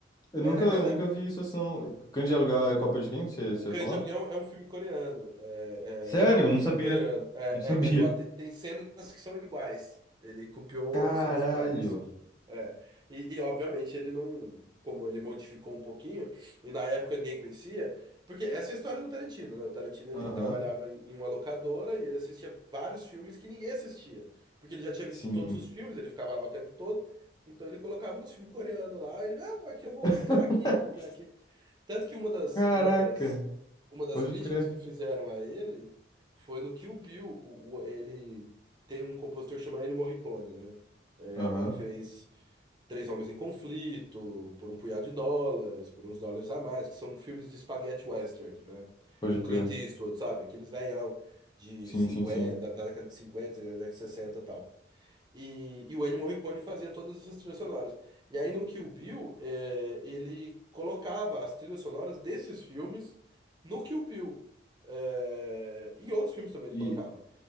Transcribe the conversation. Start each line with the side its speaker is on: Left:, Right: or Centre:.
Left: eu nunca,
Right: é.
Left: eu nunca
Right: <laughs>
Left: vi isso assim. não. Grande aluguel é Copa de quem? Você, você
Right: O Cães
Left: ia falar?
Right: de Aluguel é um filme coreano. É,
Left: Sério?
Right: é é a cópia
Left: Eu
Right: do
Left: Não
Right: filme
Left: sabia.
Right: coreano. É,
Left: Não sabia.
Right: é, é com a- tem, tem cenas que são iguais. Ele copiou
Left: Caralho.
Right: cenas iguais, assim. É. E, e, obviamente ele não. Como ele modificou um pouquinho, e na época ninguém conhecia. Porque essa é a história do Tarantino, né? O Tarantino ele
Left: Aham.
Right: trabalhava em em uma locadora e ele assistia vários filmes que ninguém assistia. Porque ele já tinha visto
Left: Sim.
Right: todos os filmes, ele ficava lá o tempo todo. Então ele colocava uns filmes coreanos lá. Ele, ah, aqui eu vou
Left: <laughs>
Right: copiar aqui, vou copiar aqui. Tanto que uma das,
Left: Caraca.
Right: uma das uma das
Left: Pode
Right: críticas
Left: crer.
Right: que fizeram a ele foi no Kill Bill. O, o- ele tem um compositor que chama Ennio Morricone, né? É,
Left: Aham.
Right: ele fez Três Homens em Conflito, por um punhado de dólares, por uns dólares a mais, que são filmes de spaghetti western, né?
Left: Pode
Right: Com
Left: crer.
Right: Clint Eastwood, sabe? Aqueles velhão de
Left: Sim,
Right: 50
Left: sim, sim.
Right: da da década de cinquenta da década de 60 e tal. E, e o Ennio Morricone fazia todas essas trilhas sonoras. E aí no Kill Bill, é, ele colocava as trilhas sonoras desses filmes no Kill Bill. É, em outros filmes também ele
Left: E.
Right: colocava.